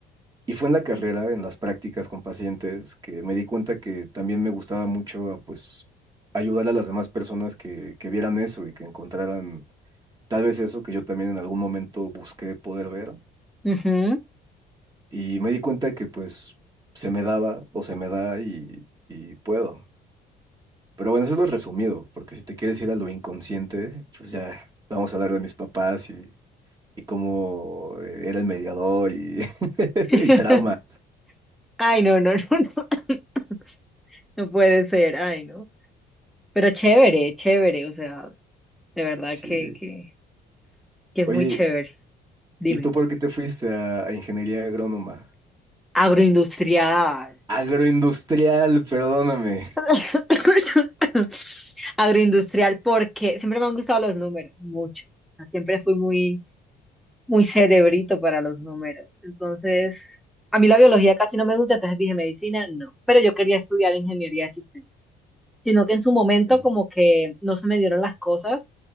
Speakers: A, on the right; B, in the centre.
A: Y fue en la carrera, en las prácticas con pacientes, que me di cuenta que también me gustaba mucho, ah, pues, ayudar a las demás personas que, que vieran eso y que encontraran tal vez eso que yo también en algún momento busqué poder ver.
B: ujú.
A: Y me di cuenta que pues se me daba o se me da y, y puedo. Pero bueno, eso es lo resumido, porque si te quieres ir a lo inconsciente, pues ya vamos a hablar de mis papás y, y cómo eh, era el mediador y, <laughs>
B: <laughs>
A: y traumas.
B: Ay, no, no, <laughs> no, no. <coughs> No puede ser, ay, no. Pero chévere, chévere, o sea, de verdad
A: Sí.
B: que, que, que es
A: Oye,
B: muy chévere. Dime.
A: ¿y tú por qué te fuiste a, a ingeniería agrónoma?
B: Agroindustrial.
A: Agroindustrial, perdóname.
B: <laughs> <coughs> Agroindustrial, porque siempre me han gustado los números, mucho. O sea, Siempre fui muy, muy cerebrito para los números. Entonces, a mí la biología casi no me gusta, entonces dije medicina, no. Pero yo quería estudiar ingeniería de sistemas. Sino que en su momento
A: Sí.
B: como que no se me dieron las cosas.